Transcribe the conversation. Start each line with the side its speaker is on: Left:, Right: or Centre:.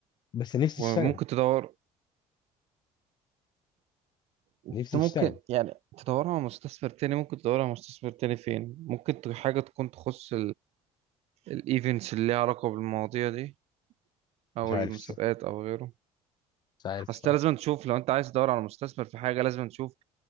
Left: بس نفسي
Right: وممكن
Left: اشتغل
Right: تدور انت
Left: نفسي
Right: ممكن
Left: اشتغل
Right: يعني تدورها على مستثمر تاني ممكن تدورها على مستثمر تاني فين ممكن ت- حاجة تكون تخص الايفنتس اللي ليها علاقه بالمواضيع دي او
Left: مش عارف
Right: المسابقات
Left: الصراحة
Right: او غيره
Left: مش عارف
Right: اصل
Left: الصراحة
Right: أنت لازم تشوف لو انت عايز تدور على مستثمر في حاجه لازم تشوف